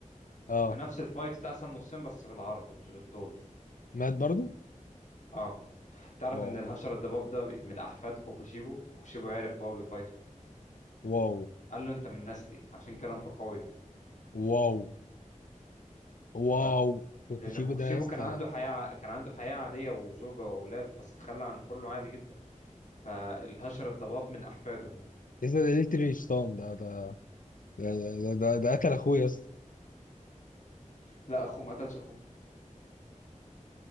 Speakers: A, on the left; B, on the left.
A: اه
B: في نفس الفايت اتقسم نصين بس بالعرض مش بالطول
A: مات برضو؟
B: اه تعرف
A: واو
B: ان الهشر الضباب ده من احفاد كوكوشيبو كوكوشيبو عرف وهو بيفايته
A: واو
B: قال له انت من نسلي عشان كده انت قوي
A: واو واو
B: أنت فاهم
A: وكوتشيجو
B: لان كوكوشيبو
A: ده يا اسطى
B: كان عنده حياه كان عنده حياه عاديه وزوجه واولاد بس تخلى عن كله عادي جدا فالهشر الضباب من احفاده يعني
A: يا اسطى ده ليتري شيطان ده ده ده ده ده ده قتل اخويا يا اسطى
B: لا اخوه ما قتلش اخوه